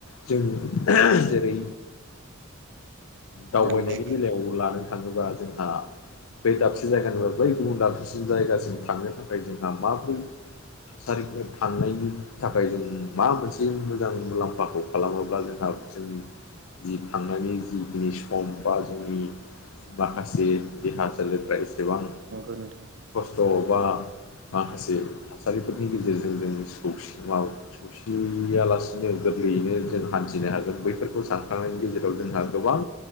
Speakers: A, on the left; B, on the right.
A: जों जेरै दावबायनायनि
B: नंगौ नोंथां
A: बेलायाव लानो थाङोबा जोंहा बै दाबसे जायगानिफ्राय बै गुबुन दाबसे जायगासिम थांनो थाखाय जोंहा माबोरै जायफोर थांनायनि थाखाय जों माबा मोनसे मोजां मुलाम्फाखौ खालामोब्ला जोंहा जों जि थांनायनि जिखिनि सम बा जोंनि माखासे देहा सोलेरफ्रा एसेबां
B: नंगौ नोंथां।
A: खस्थ' बा माखासे थासारिफोरनि गेजेरजों जों सौसिमाव ससियालासिनो गोरलैयैनो जों हान्थिनो हागोन बैफोरखौ सानखांनायनि गेजेराव जोंहा गोबां